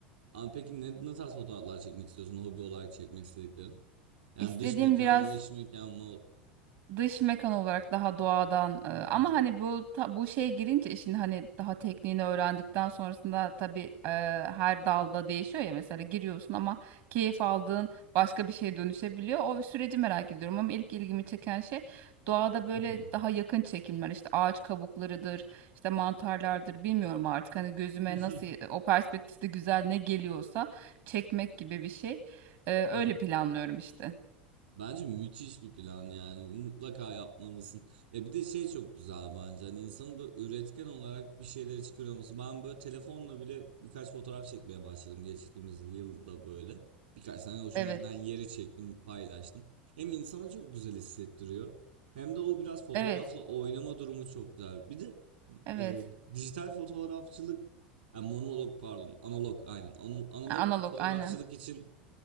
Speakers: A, on the right (about 70°); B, on the right (about 50°).
A: Aa, peki ne, ne tarz fotoğraflar çekmek istiyorsun hobi olarak çekmek istediklerin? Yani
B: İstediğim
A: dış mekan
B: biraz
A: mı iç mekan mı?
B: dış mekan olarak daha doğadan e, ama
A: Mhm,
B: hani bu ta- bu şeye girince işin hani daha tekniğini öğrendikten sonrasında tabii e, her dalda değişiyor ya mesela giriyorsun ama keyif aldığın başka bir şeye dönüşebiliyor. O süreci merak ediyorum ama ilk ilgimi çeken şey doğada böyle
A: mhm,
B: daha yakın çekimler işte ağaç kabuklarıdır işte mantarlardır bilmiyorum artık hani gözüme
A: mhm,
B: nasıl o perspektifte güzel ne geliyorsa çekmek gibi bir şey. E, öyle
A: mhm.
B: planlıyorum işte.
A: Bence müthiş bir plan yani mutlaka yapmalısın. Ya bir de şey çok güzel bence hani insanın böyle üretken olarak bir şeyleri çıkarıyor olması. Ben böyle telefonla bile birkaç fotoğraf çekmeye başladım geçtiğimiz yılda böyle. Birkaç tane hoşuma
B: Evet.
A: giden yeri çektim paylaştım. Hem insana çok güzel hissettiriyor hem de o biraz fotoğrafla
B: Evet.
A: oynama durumu çok güzel. Bir de
B: Evet.
A: e, dijital fotoğrafçılık yani monolog pardon analog aynen Ana- analog
B: Ha, Analog
A: fotoğrafçılık
B: aynen.
A: için